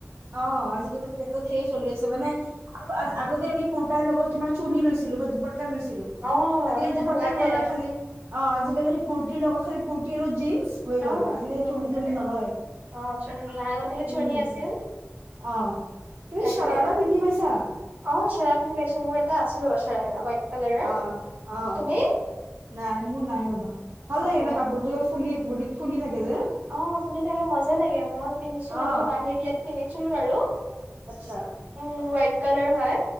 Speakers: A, on the right (about 50°); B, on the right (about 35°).
A: অ আজিকালি ট্ৰেণ্ডত সেয়ে চলি আছে। মানে আৰু আজ আগতে আমি কুৰ্তাৰ লগত তোমাৰ চুৰ্ণী লৈছিলো বা দুপট্টা লৈছিলো।
B: অ
A: আজিকালি
B: এতিয়া
A: দুপট্টা
B: নালাগে
A: নলয় খালি অ' আজিকালি সেই কুৰ্তিৰ লগত খালি কুৰ্টি আৰু জিঞ্চ হৈ গল।
B: অ
A: আজিকালি
B: উম
A: চুৰ্ণী তুৰ্ণী নলয়।
B: অ চুৰ্ণী নাই আগতেহে চুৰ্ণী
A: উম'
B: আছিল
A: অ', তুমি
B: তাকে
A: চাৰাৰা পিন্ধি পাইছা?
B: অ' চেৰা পিন্ধি পাইছো মোৰ এটা আছে ৰবা। চেৰাৰা হোৱাইট কালাৰৰ
A: অ' অ'।
B: তুমি
A: নাই মোৰ নাই ৰবা। ভাল
B: অ
A: লাগে
B: অ
A: ন কাপোৰযোৰ ফুলি ভৰিত ফুলি থাকে যে।
B: অ ফুলি থাকে মজা লাগে। মই পিন্ধিছো মানে
A: অ
B: মোৰ মাহীৰ বিয়াত কিনিছিলো আৰু। উঁ
A: আচ্ছা
B: হোৱাইট কালাৰ হয়।